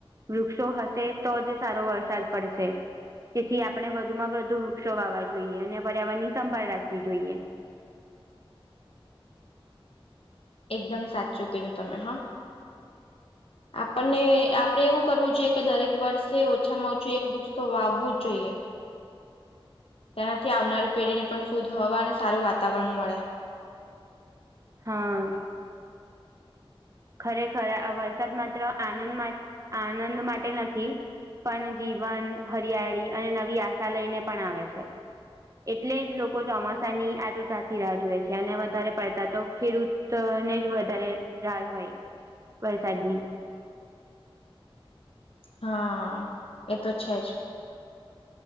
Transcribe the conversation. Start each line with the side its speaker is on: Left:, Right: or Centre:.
Right: વૃક્ષો હશે તોજ સારો વરસાદ પડશે, તેથી આપણે વધુમાં વધુ વૃક્ષો વાવા જોઈએ, અને પર્યાવરણની સંભાળ રાખવી જોઈએ.
Left: એકદમ સાચું કીધું તમે હો.
Right: <inaudible>
Left: આપણને આપડે એવું કરવું જોઈએ, કે દરેક વર્ષે ઓછામાં ઓછું એક વૃક્ષો વાવવું જ જોઈએ. તેનાથી આવનારી પેઢી ને પણ શુધ્ધ હવા અને સારું વાતાવરણ મળે.
Right: હા ખરેખર આ વરસાદ માત્ર આનંદ આનંદ માટે નથી પણ જીવન હરિયાળી અને નવી આશા લઈને પણ આવે છે. એટલે જ લોકો ચોમાસાની આતુરતાથી રાહજોએ છે, અને વધારે પડતાતો ખેડૂત તોને જ વધારે ડાય હોય વરસાદની
Left: હા એતો છે જ